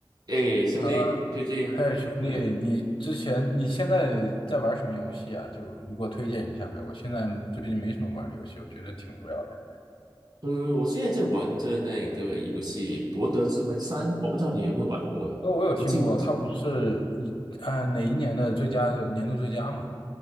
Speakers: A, on the right; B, on the left.
A: 哎，兄弟，
B: 呃，
A: 最近，
B: 嘿，兄弟，
A: 嗯
B: 你之前你现在在玩什么游戏啊？就你给我推荐一下呗。我现在最近没什么玩的游戏，我觉得挺无聊的。
A: 嗯，我现在在玩着那个游戏《博德之门三》，我不知道你有没有玩过诶。
B: 呃，我有听过，
A: 我近，
B: 它不是一啊哪一年的最佳年度最佳嘛？